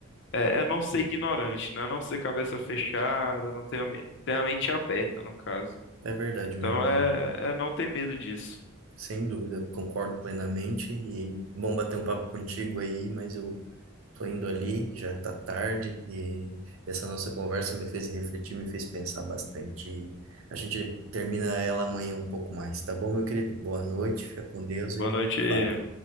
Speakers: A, on the left; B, on the right.
A: é, é não ser ignorante, né? Não ser cabeça fechada, não ter, a me- ter a mente aberta, no caso.
B: é verdade,
A: Então
B: meu. querido.
A: é, é não ter medo disso.
B: Sem dúvida, concordo plenamente e bom bater um papo contigo aí, mas eu tô indo ali, já tá tarde e essa nossa conversa me fez refletir, me fez pensar bastante. A gente termina ela amanhã um pouco mais, tá bom, meu querido? Boa noite, fica com Deus e
A: Boa
B: a gente
A: noite
B: se
A: aí.
B: fala.